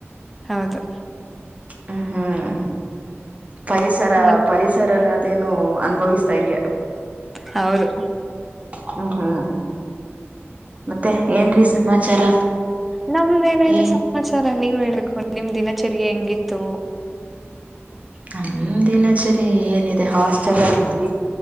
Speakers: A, in the centre; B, on the right.
A: ಹೌದು
B: ಹ ಹ್ಮ ಪರಿಸರ
A: ಮತ್
B: ಪರಿಸರನ ಅದೇನು ಅನುಭವಿಸ್ತಾ ಇದಿಯಾ
A: ಹೌದು
B: ಹ್ಮ್ ಹ್ಮ್ ಮತ್ತೆ ಏನ್ರೀ ಸಮಾಚಾರ
A: ನಮ್ದ ಏನಾಯ್ತ
B: ಏ
A: ಸಮಾಚಾರ ನೀವ್ ಹೇಳಬೇಕು ನಿಮ್ ದಿನಚರಿ ಹೆಂಗಿತ್ತು.
B: ನಮಂದಿನಚರಿ ಏನಿದೆ ಹಾಸ್ಟೆಲ್ ಅಲ್ಲಿ ಇದೀವಿ